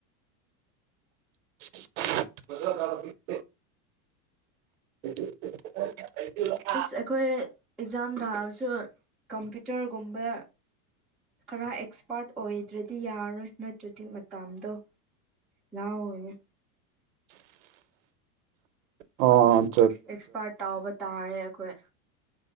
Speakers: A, on the right; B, in the centre.
A: <unintelligible> <unintelligible>
B: ꯏꯁ ꯑꯩꯈꯣꯏ ꯑꯦꯛꯖꯥꯝ ꯊꯥꯕꯁꯨ ꯀꯝꯄ꯭ꯌꯨꯇꯔꯒꯨꯝꯕ ꯈꯔ ꯑꯦꯛꯁꯄꯥꯔꯠ ꯑꯣꯏꯗ꯭ꯔꯗꯤ ꯌꯥꯔꯣꯏ ꯅꯠꯇ꯭ꯔꯗꯤ ꯃꯇꯝꯗꯣ ꯂꯥꯛꯑꯣꯅꯦ
A: ꯑ
B: ꯑꯦꯛꯁꯄꯥꯔꯠ ꯇꯥꯎꯕ ꯇꯥꯔꯦ ꯑꯈꯣꯏ